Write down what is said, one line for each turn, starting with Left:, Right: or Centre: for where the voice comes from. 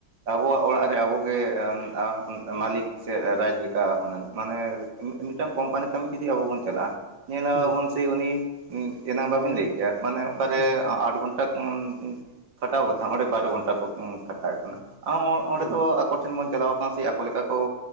Right: ᱟᱵᱚᱣᱟᱜ ᱚᱲᱟᱜ ᱨᱮ ᱟᱵᱚᱜᱮ <unintelligible> ᱢᱟᱹᱞᱤᱠ ᱥᱮ ᱨᱟᱡᱽ ᱞᱮᱠᱟ ᱦᱩᱱᱟᱹᱝ ᱢᱟᱱᱮ ᱢᱤᱫᱴᱟᱝ ᱠᱳᱢᱯᱟᱱᱤ ᱠᱟᱹᱢᱤ ᱡᱩᱫᱤ ᱟᱵᱚ ᱵᱚᱱ ᱪᱟᱞᱟᱜᱼᱟ ᱧᱮᱞᱟᱵᱚᱱ
Left: ᱦᱩᱸ
Right: ᱥᱮ ᱩᱱᱤ ᱮᱱᱟᱝ ᱵᱟᱹᱵᱤᱱ
Left: ᱦᱩᱸ
Right: ᱞᱟᱹᱭ ᱠᱮᱼᱟ ᱢᱟᱱᱮ ᱚᱠᱟᱨᱮ
Left: ᱦᱩᱸ
Right: ᱟᱴ ᱜᱷᱚᱱ ᱴᱟ ᱠᱷᱚᱱ <unintelligible> ᱠᱷᱟᱴᱟᱣ ᱠᱟᱛᱷᱟ ᱚᱸᱰᱮ ᱵᱟᱨᱚ ᱜᱷᱚᱱᱴᱟ ᱠᱚ ᱠᱟᱴᱟᱣᱮᱫ ᱠᱟᱱᱟ
Left: ᱦᱩᱸ
Right: ᱚᱸᱰᱮ
Left: ᱦᱩᱸ
Right: ᱫᱚ ᱟᱠᱚ ᱴᱷᱮᱱ ᱵᱚᱱ ᱪᱟᱞᱟᱣ ᱠᱟᱱᱟ ᱥᱮ ᱟᱠᱚ ᱞᱮᱠᱟ ᱠᱚ